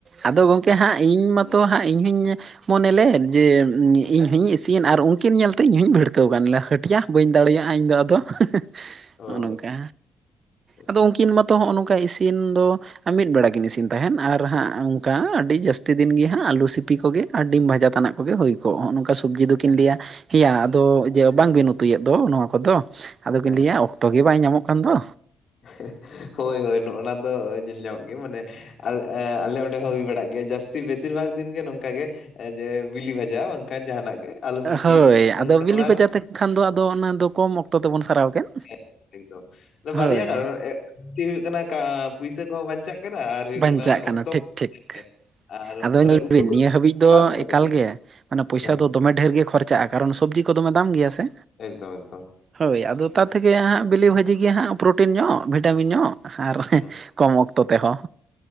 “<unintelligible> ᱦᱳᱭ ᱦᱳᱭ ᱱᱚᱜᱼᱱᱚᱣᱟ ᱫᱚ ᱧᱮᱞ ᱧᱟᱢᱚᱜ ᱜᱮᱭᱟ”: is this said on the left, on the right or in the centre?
Left